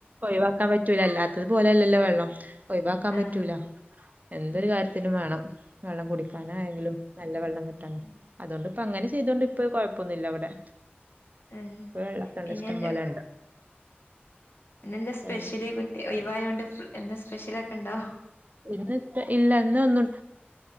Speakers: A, on the right (about 40°); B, on the left (about 65°).
A: ഒഴിവാക്കാൻ പറ്റൂല അല്ലാത്തത് പോലല്ലോ വെള്ളം ഒഴിവാക്കാൻ പറ്റൂല.
B: ആഹ്
A: എന്തൊരു
B: ആഹ്
A: കാര്യത്തിനും വേണം വെള്ളം കുടിക്കാന ആയെങ്കിലും നല്ല വെള്ളം കിട്ടണം
B: ഉം
A: അതുകൊണ്ട്പ്പ അങ്ങനെ.
B: ഉം
A: ചെയ്തോണ്ട് ഇ പ്പകുഴപ്പൊന്നുല്ല ഇവിടെ.
B: ആ
A: ഇപ്പ വെള്ളമൊക്കെ ഉണ്ട്
B: പിന്നെ
A: ഇഷ്ടം
B: എന്താ
A: പോലെ ഉണ്ട്
B: ഇന്നെന്താ സ്പെഷ്യല്
A: ഏ,
B: കുട്ടിഒയിവായോണ്ട് എന്താ സ്പെഷ്യല ഒക്കെ ഉണ്ടോ?
A: ഇ ഇല്ല ഇ ഒന്നും